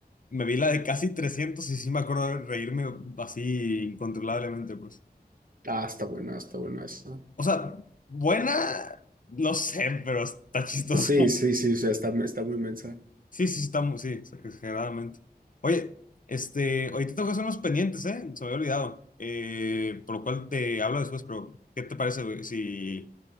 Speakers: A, on the left; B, on the right.
A: me vi la de casi 300 y sí me acuerdo de reírme así incontrolablemente, pues.
B: ah, está buena, está buena esa.
A: O sea, buena, no sé, pero está chistoso.
B: Sí,
A: <laughs>
B: sí, sí, o sea, está, está muy mensa.
A: Sí, sí, sí, está muy, sí, exageradamente. Oye, este, ahorita tengo que hacer unos pendientes, ¿eh? Se me había olvidado. Eh, por lo cual te hablo después, pero ¿qué te parece, güey? Si